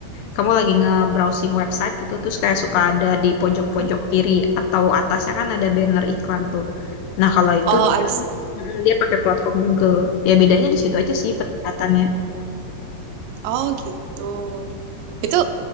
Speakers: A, on the left; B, on the right.
A: kamu lagi nge-browsing website gitu, terus kayak suka ada di pojok-pojok
B: Hmm.
A: kiri atau atasnya kan ada banner iklan tuh. Nah kalau itu
B: Oh,
A: dia
B: I see.
A: mm, dia pakai platform Google. Ya bedanya di situ aja sih peningkatannya.
B: Oh gitu. Itu